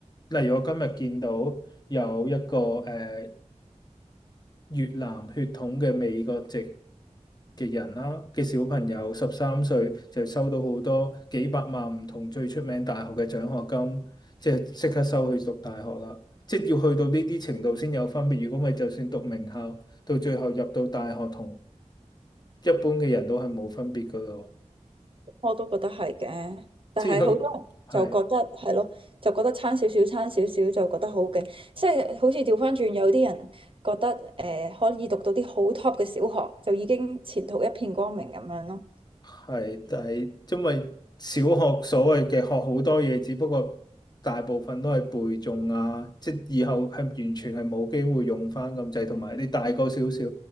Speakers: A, on the left (about 35°); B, on the right (about 45°).
A: 例如我今日見到有一個誒、呃越南血統嘅美國籍嘅人啦嘅小朋友，十三歲就收到好多幾百萬唔同最出名大學嘅獎學金，即係即刻收去讀大學啦。即係要去到呢啲程度先有分別，如果咪就算讀名校，到最後入到大學同一般嘅人都係冇分別噶咯。
B: <laughs> 我都覺得係嘅，但係好多人就覺得係咯，
A: 即係佢係。
B: 就覺得差少少差少少就覺得好勁，即係好似調翻轉有啲人覺得誒、呃可以讀到啲好 top 嘅小學就已經前途一片光明咁樣咯。
A: 係，但係因為小學所謂嘅學好多嘢，只不過大部分都係背誦啊，即係以後係完全係冇機會用翻咁滯，同埋你大個少少，